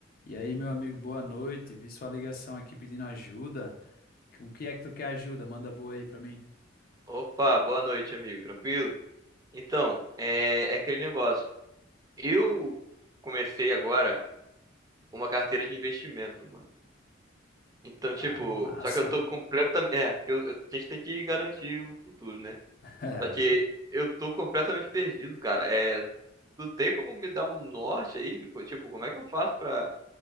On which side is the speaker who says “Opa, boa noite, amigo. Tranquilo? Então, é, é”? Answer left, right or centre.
Right